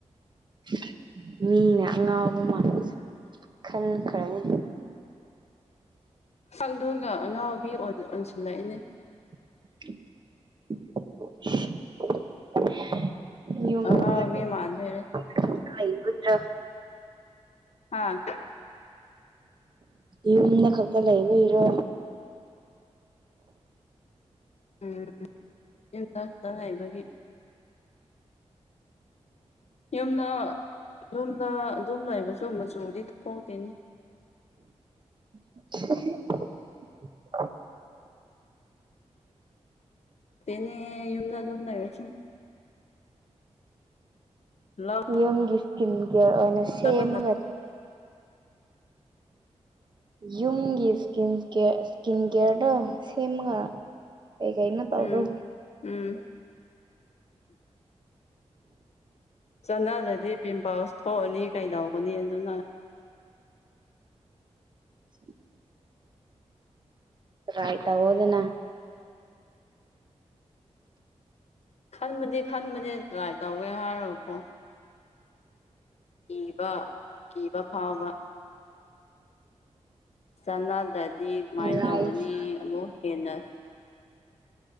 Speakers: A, on the right; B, on the left.
A: <inaudible> ꯃꯤꯅ ꯑꯉꯥꯎꯕ ꯃꯂꯁ ꯈꯟꯈ꯭ꯔꯅꯤ
B: ꯁꯛꯗꯨꯒꯥ ꯑꯉꯥꯎꯕꯤ ꯑꯣꯟꯁꯤꯜꯂꯛꯏꯅꯦ
A: <inaudible> ꯌꯨꯝ
B: ꯑꯉꯥꯎꯕꯤ
A: <unintelligible>
B: ꯃꯥꯟꯗꯣꯏꯔꯦ ꯍꯥꯥ
A: ꯌꯨꯝꯗ ꯈꯛꯇ ꯂꯩꯕꯩꯔꯣ
B: ꯎꯝ ꯌꯨꯝꯗ ꯈꯛꯇ ꯂꯩꯕꯒꯤ ꯌꯨꯝꯗ ꯌꯨꯝꯗ ꯑꯗꯨꯝ ꯂꯩꯕꯁꯨ ꯃꯆꯨꯗꯤ ꯊꯣꯛꯇꯦꯅꯦ
A: <unintelligible>
B: ꯇꯦꯅꯦ ꯌꯨꯝꯗ ꯑꯗꯨꯨꯝ ꯂꯩꯔꯥꯁꯨ <inaudible>
A: ꯌꯨꯝꯒꯤ ꯍꯤꯡꯒꯔꯥ ꯑꯣꯏꯅ
B: ꯂꯧꯕꯅ
A: ꯁꯦꯝꯃꯒ ꯌꯨꯝꯒꯤ ꯏꯁ ꯏꯁꯀꯤꯟ ꯀꯦꯌꯔꯗꯣ ꯁꯦꯝꯃꯒ ꯀꯩꯀꯩꯅꯣ ꯇꯧꯔꯣ
B: ꯎꯝ ꯎꯝ ꯆꯠꯅꯔꯗꯤ ꯄꯤꯝꯄꯜꯁ ꯊꯣꯛꯑꯅꯤ ꯀꯩꯗꯧꯅꯤ ꯑꯗꯨꯅ
A: <inaudible> ꯇꯔꯥꯏ ꯊꯧ ꯍꯣꯗꯅ
B: ꯈꯟꯕꯗꯤ ꯈꯟꯕꯅꯦ ꯇ꯭ꯔꯥꯏ ꯇꯧꯒꯦ ꯍꯥꯏꯔꯣꯀꯣ ꯀꯤꯕ ꯀꯤꯕ ꯐꯥꯎꯕ ꯆꯅꯗꯗꯤ ꯀꯃꯥꯏꯅ
A: ꯔꯥꯏꯁ
B: ꯇꯧꯒꯅꯤ ꯑꯃꯨꯛ ꯍꯦꯟꯅ